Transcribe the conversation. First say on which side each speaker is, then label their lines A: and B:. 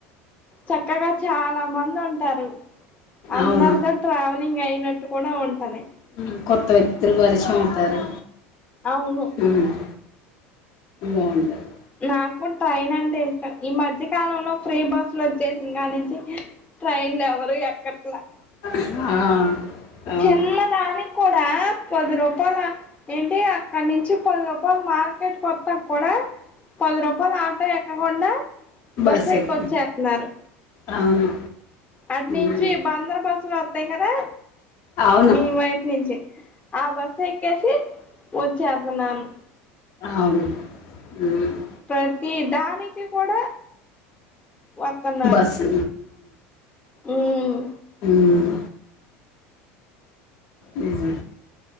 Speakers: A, on the left; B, on the left.
A: చక్కగా చాలా మంది ఉంటారు. అందరితో
B: అవును
A: ట్రావెలింగ్ అయినట్టు కూడా ఉంటది.
B: ఉహ్ కొత్త వ్యక్తులు పరిచయం అవుతారు
A: అవును
B: ఉహ్మ్ బావుండాద్
A: నాకు ట్రైన్ అంటే ఇష్టం ఈ మధ్య కాలంలో ఫ్రీ బస్సులు వచ్చేసి కానీ నుంచి ట్రైన్లో ఎవరు ఎక్కట్లే
B: ఆ అవును
A: చిన్నదానికి కూడా పది రూపాలా ఏంటి అక్కడ నుంచి పది రూపాలు మార్కెట్కి వత్తా కూడా పది రూపాయలు ఆటో ఎక్కకుండా
B: బస్
A: బస్సు ఎక్కొచ్చేత్తున్నారు
B: ఎక్కి అవును
A: అట్ నుంచి
B: మ్మ్
A: బందర్ బస్సులు వసతాయి కదా
B: అవును
A: మీ వైపు నుంచే ఆ బస్సు ఎక్కేసి వచ్చేతున్నాను.
B: అవును ఉహ్మ్
A: ప్రతి దానికి కూడా వత్తున్నారు
B: బస్సు
A: ఉహ్
B: ఉహ్మ్ నిజమే